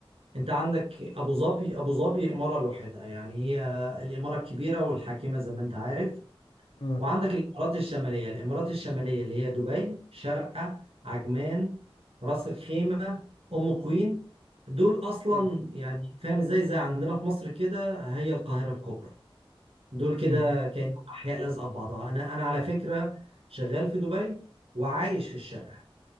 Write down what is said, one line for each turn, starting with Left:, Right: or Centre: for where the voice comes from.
Right: انت عندك ابو ظبي ابو ظبي اماره لوحدها يعني هي الاماره الكبيره والحاكمه زي ما انت عارف
Left: مم.
Right: وعندك الامارات الشماليه الامارات الشماليه اللي هي دبي شارقه عجمان راس الخيمه ام قوين دول اصلا
Left: مم.
Right: يعني فاهم ازاي زي عندنا في مصر كده هي القاهره الكبرى دول كده
Left: مم.
Right: كانوا احياء لازقه ببعضها انا انا على فكره شغال في دبي وعايش في الشارقه